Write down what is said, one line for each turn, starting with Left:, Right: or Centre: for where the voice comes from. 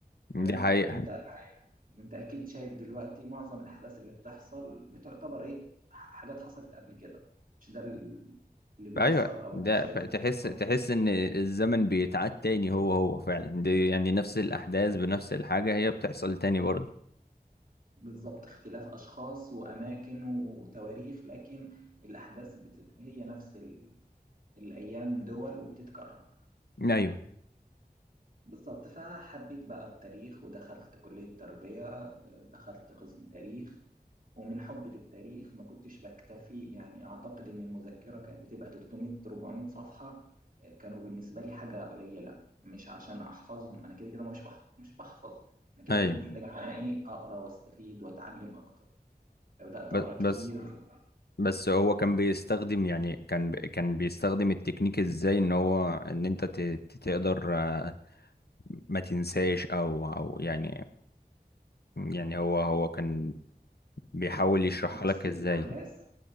Right: تمام
Left: دي حقيقة
Right: وانت الح- وانت اكيد شايف دلوقتي معظم الاحداث اللي بتحصل بتعتبر ايه ح- حاجات حصلت قبل كده مش ده ال- اللي بيحصل
Left: أيوه
Right: او
Left: ده
Right: انت شايفه
Left: ب- تحس
Right: آه،
Left: تحس إن الزمن بيتعاد تاني هو هو فعلا دي يعني نفس
Right: بز-
Left: الأحداث بنفس الحاجة هي بتحصل تاني برضه
Right: بالظبط اختلاف اشخاص واماكن وتواريخ لكن الاحداث بت... هي نفس ال... الايام دول وبتتكرر
Left: أيوه
Right: بالظبط فحبيت بقى التاريخ ودخلت كلية تربية آه، دخلت قسم تاريخ ومن حبي للتاريخ ما كنتش بكتفي يعني أعتقد إن المذكرة كانت بتبقى 300 400 صفحة آه، كانوا بالنسبة لي حاجة قليلة مش عشان أحفظهم أنا كده كده مش بحفظ مش بحفظ أنا كده
Left: أيوه
Right: كده محتاج إن أنا إيه أقرأ وأستفيد وأتعلم أكتر فبدأت
Left: ب-
Right: أقرأ كتير
Left: بس بس هو كان بيستخدم يعني كان ب- كان بيستخدم التكنيك ازاي ان هو ان انت ت- ت- تقدر آه، ما تنساش او او يعني يعني هو هو كان بيحاول يشرحها
Right: بص
Left: لك ازاي
Right: الأحداث